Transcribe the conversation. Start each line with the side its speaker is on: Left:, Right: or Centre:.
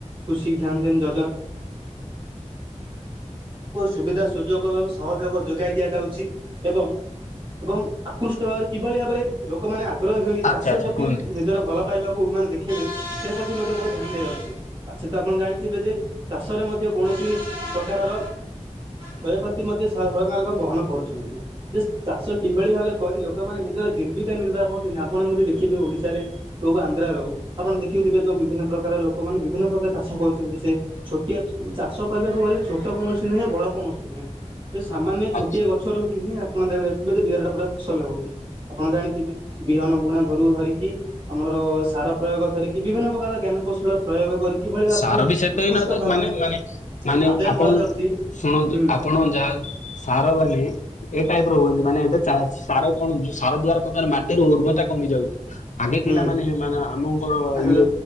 Right: କୃଷି ଜ୍ଞାନଧାନ ଯ ସୁବିଧା ସୁଯୋଗ ଏବଂ ସହଯୋଗ ଯୋଗାଇ ଦିଆଯାଉଛି ଏବଂ ଏବଂ ଆକୃଷ୍ଟ ଭାବରେ କିଭଳି ଭାବରେ ଲୋକମାନେ ଆଗ୍ରହ ହୋଇ ଚାଷ
Left: ଆଚ୍ଛା ଆଚ୍ଛା
Right: ପ୍ରତି
Left: କୁହନ୍ତୁ।
Right: ନିଜର ଭଲ ପାଇବାକୁ ମାନେ ଦେଖେଇବେ ସେ ମଧ୍ୟ ବହୁତ ଧ୍ୟାନ ଦଅନ୍ତି ଚାଷୀ ତ ଆପଣ ଜାଣିଥିବେ ଯେ ଚାଷରେ ମଧ୍ୟ କୌଣସି ପ୍ରକାରର କ୍ଷୟକ୍ଷତି ମଧ୍ୟ ସରକାରଙ୍କ ବହନ କରୁଛନ୍ତି ଯେ ଚାଷ କିଭଳି ଭାବରେ କରି ଲୋକମାନେ ନିଜ ଜୀବିକା ନିର୍ବାହ କରୁଛନ୍ତି ଆପଣ ମଧ୍ୟ ଦେଖିଥିବେ ଓଡିଶାରେ ହଉ ବା ଆନ୍ଧ୍ରରେ ହଉ ଆପଣ ଦେଖୁଥିବେ। ବିଭିନ୍ନ ପ୍ରକାର ଲୋକମାନେ ବିଭିନ୍ନ ପ୍ରକାର ଚାଷ କରୁଛନ୍ତି ସେ ଛୋଟିଆ ଚାଷ କହିବାକୁ ଗଲେ ଛୋଟ କୌଣସି ନୁହେଁ ବଡ଼ କୌଣସି ନୁହେଁ। ଏ ସାମାନ୍ୟ ଛୋଟିଆ
Left: ଆଚ୍ଛା।
Right: ଗଛରୁଟି ହିଁ ଆପଣ ଦେଖଥିବେ ଯେ ବିରାଟ ବଡ ଫସଲ ହଉଛି ଆପଣ ଜାଣିଥିବେ। ବିହନ ବୁଣା ଧରୁ ଧରିକି ଆମର ସାର ପ୍ରୟୋଗ ଧରିକି ବିଭିନ୍ନ ପ୍ରକାର ଜ୍ଞାନକୌଶଳ ପ୍ରୟୋଗ କରି କିଭଳି ଭାବରେ
Left: ସାର ବି ସେତେ
Right: ଉତ୍କୃଷ୍ଟ
Left: ହ ନ ତ
Right: ଭାବରେ
Left: ମାନେ ମାନେ ମାନେ
Right: ଆଦାୟ
Left: ଆପଣ
Right: କରାଯାଉଛି
Left: ଶୁଣନ୍ତୁ
Right: ହୁଁ।
Left: ଆପଣ ଯାହା ସାର ମାନେ ଏଇ ଟାଇପ ର ହୁଅନ୍ତି ମାନେ ଏ ସାର କଣ ସାର ଦ୍ଵାର ପ୍ରକାର ମାଟିର ଉର୍ବତା କମିଯାଉଛି। ଆଗେ
Right: ହୁଁ
Left: ଥିଲା ମାନେ ମାନେ ଆମଙ୍କର
Right: ଆଚ୍ଛା
Left: ଇଏ